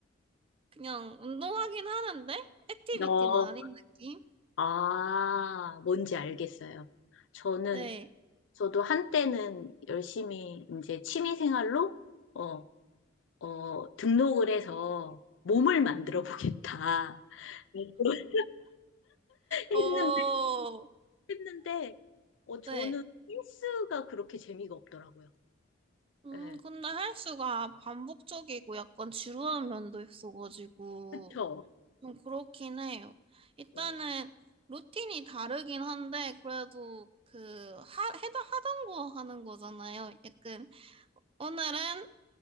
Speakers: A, on the right; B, on the left.
A: 그냥 운동하긴 하는데, 액티비티는
B: 너,
A: 아닌 느낌?
B: 아, 뭔지 알겠어요. 저는,
A: 네.
B: 저도 한때는 열심히 이제 취미 생활로, 어, 어, 등록을 해서 몸을 만들어 보겠다. <laughs> 했는데,
A: 어,
B: 했는데, 어, 저는
A: 네.
B: 헬스가 그렇게 재미가 없더라고요.
A: 음,
B: 예.
A: 근데 헬스가 반복적이고 약간 지루한 면도 있어가지고,
B: 그쵸?
A: 좀 그렇긴 해요. 일단은
B: 예,
A: 루틴이 다르긴 한데 그래도 그 하, 해다 하던 거 하는 거잖아요. 약간 오늘은